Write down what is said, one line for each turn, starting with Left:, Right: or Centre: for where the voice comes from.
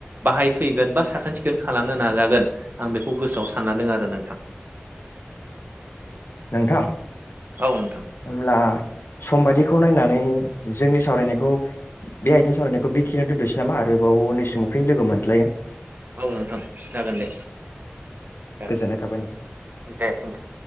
Right: बाहाय फैगोन बा साखोन सिखोन खालामनो नाजागोन आं बेखौ गोसोआव सानना दं आरो नोंथां।
Left: नोंथां
Right: औ नोंथां
Left: अब्ला सम बायदिखौ नायनानै जोंनि सावरायनायखौ बे आयदानि सावरायनायखौ बेखिनियाव दोन्थनोसै नामा, आरोबाव उननि समाव फिन लोगो मोनज्लायगोन।
Right: औ नोंथां जागोन दे ओं
Left: गोजोननाय थाबाय नों
Right: दे थेंकिउ।